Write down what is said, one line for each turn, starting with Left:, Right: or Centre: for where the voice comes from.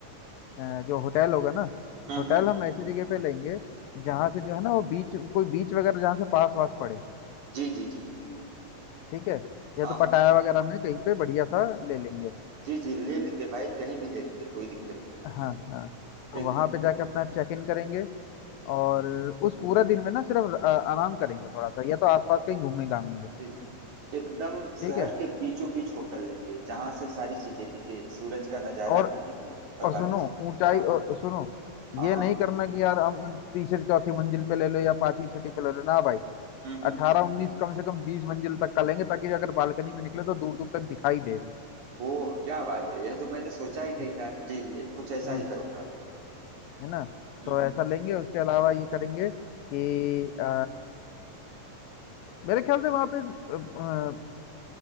Left: अ, जो होटल होगा ना
Right: हम्म
Left: होटल
Right: हम्म,
Left: हम ऐसी जगह पे लेंगे जहाँ से जो है ना वो बीच कोई बीच वगैरह जहाँ से पास वास पड़े
Right: जी जी जी
Left: ठीक है या
Right: हाँ
Left: तो
Right: हाँ
Left: पटाया वगैरह में कहीं पे बढ़िया सा ले लेंगे
Right: जी जी ले लेंगे भाई कहीं भी ले लेंगे कोई दिक्कत नहीं
Left: हाँ हाँ तो
Right: एकदम
Left: वहां पे जाके अपना चेक इन करेंगे और
Right: हाँ,
Left: उस पूरा दिन में ना सिर्फ अ, आराम करेंगे थोड़ा सा या तो आसपास कहीं घूमने घामेंगे
Right: जी जी एकदम शहर
Left: ठीक है
Right: के बीचों बीच होटल लेंगे जहाँ से सारी चीजें दिखे सूरज का नजारा
Left: और
Right: भी दिखे और
Left: और
Right: बाकी
Left: सुनो
Right: चीजें
Left: ऊंचाई
Right: हाँ
Left: और सुनो
Right: हाँ
Left: ये
Right: हाँ
Left: नहीं करना कि यार हम तीसरी चौथी मंजिल पे ले लो या पांचवी छठी पे ले लो ना भाई
Right: हम्म हम्म
Left: अठारह उन्नीस कम से कम बीस मंजिल तक का लेंगे ताकि अगर बालकनी में निकले तो दूर दूर तक दिखाई दे
Right: ओह क्या बात है यह तो मैंने सोचा ही नहीं
Left: हम्म,
Right: था जी ये कुछ ऐसा
Left: हम्म,
Right: ही करूंगा
Left: है ना
Right: हम्म,
Left: तो
Right: हम्म।
Left: ऐसा लेंगे उसके अलावा ये करेंगे कि अ, मेरे ख्याल से वहां पे अ, अ,